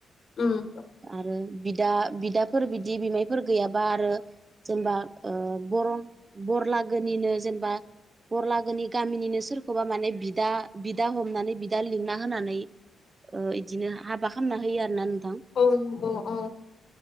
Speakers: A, on the left; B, on the right.
A: उम
B: उम बिदा बिदाफोर बिदि बिमायफोर गैयाबा आरो जेनबा ओ बर' बरलागोनिनो जेनबा बरलागोनि गामिनिनो सोरखौबा माने बिदा बिदा हमनानै बिदा लिंना होनानै ओ इदिनो हाबा खामना होयो आरो ना नोंथां
A: औ नोंगौ औ